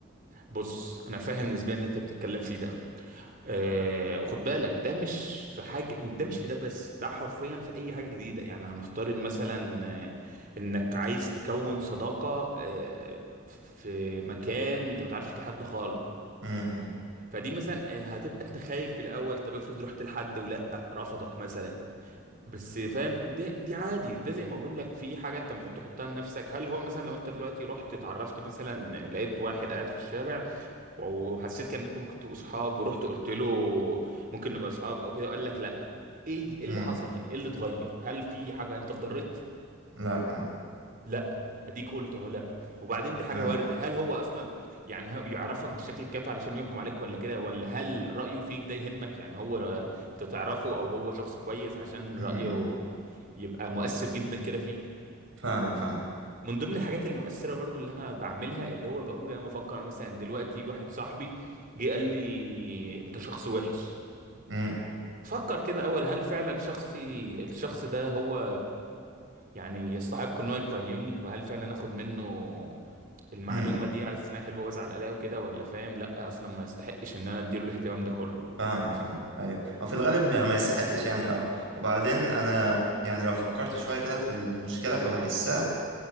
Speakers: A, on the right; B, on the right.
A: بص انا فاهم نسبيا اللي انت بتتكلم فيه ده آه وخد بالك ده مش في حاجة ده مش في ده بس ده حرفيا في أي حاجة جديدة يعني هنفترض مثلا آه، إنك عايز تكون صداقة آه في مكان أنت ما تعرفش فيه حد خالص
B: م- م-
A: فدي مثلا آه، هتبقى أنت خايف في الأول طب افرض رحت لحد ولأ رفضك مثلا بس فاهم دي دي عادي ده زي ما بقول لك في حاجة أنت المفروض تحطها لنفسك هل هو مثلا لو أنت دلوقتي رحت اتعرفت مثلا لقيت واحد قاعد في الشارع وحسيت كان انكم ممكن تبقوا صحاب ورحت قلت له ممكن نبقى صحاب او كده وقال لك لا ايه ايه
B: م-
A: اللي حصل يعني ايه اللي اتغير هل في حاجه انت اتضررت
B: لا أنا
A: لا اديك قلت اهو لا وبعدين دي حاجه
B: آه،
A: وارده هل هو اصلا يعني هو يعرفك بالشكل الكافي علشان يحكم عليك ولا كده ولا هل رايه فيك ده يهمك يعني هو آه، انت تعرفه او هو شخص كويس عشان
B: م-
A: رايه
B: م-
A: يبقى مؤثر جدا كده فيك
B: فاهمك فاهم
A: من ضمن الحاجات المؤثرة برضو اللي انا بعملها اللي هو بقوم جاي مفكر أنا مثلا دلوقتي واحد صاحبي جه قال لي انت شخص وحش
B: م-
A: افكر كده اول هل فعلا شخصي الشخص ده هو يعني يستحق ان هو يقيمني وهل فعلا اخد منه المعلومة
B: م-
A: دي على اساس انها حلوة وازعل عليها وكده ولا فاهم لا اصلا ما يستحقش ان انا اديله الاهتمام ده كله
B: فاهمك فاهم أيوة وفي الغالب ما ما يستحقش يعني أه وبعدين أنا يعني لو فكرت شوية كده في المشكلة فبحسها